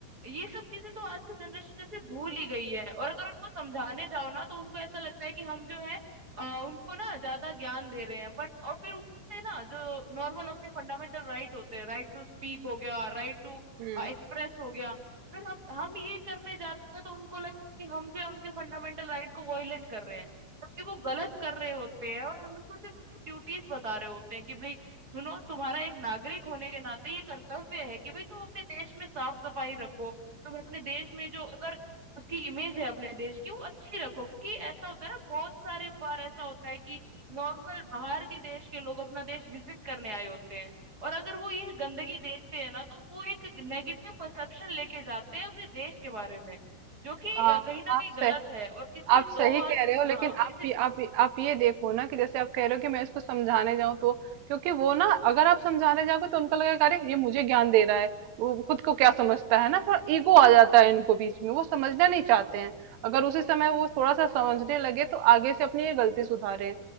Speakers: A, on the right; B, on the right.
A: ये सब चीजें तो आज की जनरेशन जैसे भूल ही गई है और अगर उनको समझाने जाओ ना तो उनको ऐसा लगता है कि हम जो है आ, उनको ना ज्यादा ज्ञान दे रहे हैं बट और फिर ऊपर से ना जो नॉर्मल अपने फंडामेंटल राइट होते हैं राइट टू स्पीक हो गया राइट टू
B: हम्म
A: एक्सप्रेस हो गया फिर हम हम ये करने जाते हैं तो उनको लगता है कि हम जो है उनके फंडामेंटल राइट को वॉयलेट कर रहे हैं जबकि वो गलत कर रहे होते हैं और हम उनको सिर्फ उनकी ड्यूटीज बता रहे होते हैं कि भाई सुनो तुम्हारा एक नागरिक होने के नाते ये कर्तव्य है कि भाई तुम अपने देश में साफ सफाई रखो तुम अपने देश में जो अगर उसकी इमेज है अपने देश की वो अच्छी रखो क्योंकि ऐसा होता है ना बहुत सारे बार ऐसा होता है कि नॉर्मल बाहर के देश के लोग अपना देश विजिट करने आए होते हैं और अगर वो ये गंदगी देखते हैं ना तो वो एक नेगेटिव परसेप्शन लेके जाते हैं अपने देश के बारे में जो कि
B: हाँ
A: अ, कहीं ना कहीं
B: आप
A: गलत
B: सह
A: है और किसी
B: आप सही
A: दो आदमी
B: कह रहे हो लेकिन
A: हाँ किसी
B: आप ये आप ये- आप ये देखो ना कि जैसे आप कह रहे हो कि मैं इसको समझाने जाऊं तो क्योंकि वो ना अगर आप समझाने जाओगे तो उनको लगेगा अरे ये मुझे ज्ञान दे रहा है वो खुद को क्या समझता है ना थोड़ा ईगो आ जाता है इनको बीच में वो समझना नहीं चाहते हैं अगर उसी समय वो थोड़ा सा समझने लगे तो आगे से अपनी ये गलती सुधारे